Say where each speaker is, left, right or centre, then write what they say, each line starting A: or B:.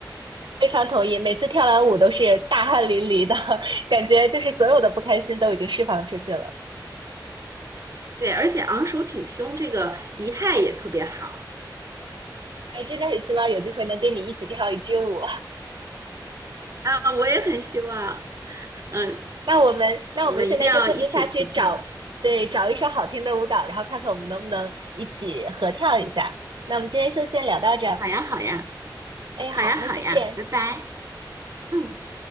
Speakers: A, on the right; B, on the right.
A: 非常同意，每次跳完舞都是大汗淋漓的，<laughs> 感觉就是所有的不开心都已经释放出去了。
B: 对，而且昂首挺胸这个仪态也特别好
A: 哎，真的很希望有机会能跟你一起跳一支舞。
B: 啊，我也很希望，嗯，
A: <laughs> 那我们，那我们现在就各自下去找，
B: 我们一定要一起去跳。
A: 对，找一首好听的舞蹈，然后看看我们能不能一起合跳一下。那我们今天就先聊到这儿。
B: 好呀，好呀，
A: 哎，
B: 好呀，
A: 好，
B: 好呀，
A: 那再见。
B: 拜拜，嗯。